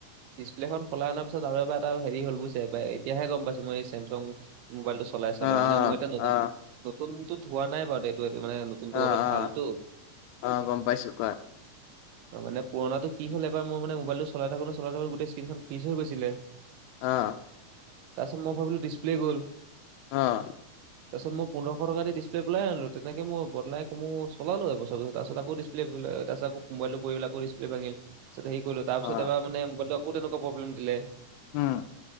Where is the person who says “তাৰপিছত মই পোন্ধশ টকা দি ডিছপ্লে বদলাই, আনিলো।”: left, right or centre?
Right